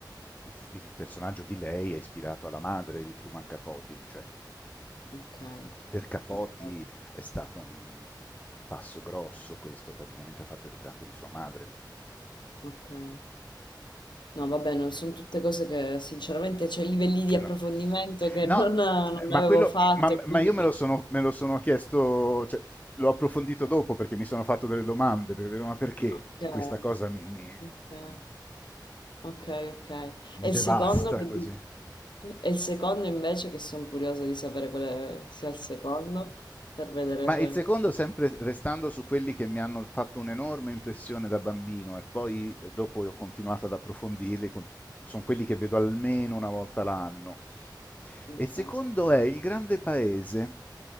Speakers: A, on the left; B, on the left.
A: il, il personaggio di lei è ispirato alla madre di Truman Capote, cioè
B: Okay,
A: per Capote
B: okay,
A: è stato un passo grosso questo, praticamente ha fatto il ritratto di sua madre.
B: okay. No vabbè, non son tutte cose che sinceramente c'è livelli di approfondimento
A: No,
B: che
A: no
B: non non
A: ma,
B: avevo
A: quello,
B: fatto
A: ma,
B: e
A: ma
B: quindi
A: io me lo sono, me lo sono chiesto, cioè, l'ho approfondito dopo perché mi sono fatto delle domande, perché, ma perché
B: okay,
A: questa cosa mi, mi,
B: okay, okay, okay.
A: mi
B: E il
A: devasta
B: secondo che
A: così?
B: di e il secondo invece che son curiosa di sapere quale sia il secondo, per vedere
A: Ma
B: se
A: il secondo, sempre restando su quelli che mi hanno fatto un'enorme impressione da bambino e poi eh, dopo ho continuato ad approfondirli, cont- sono quelli che vedo almeno una volta l'anno.
B: okay,
A: E il secondo è Il grande paese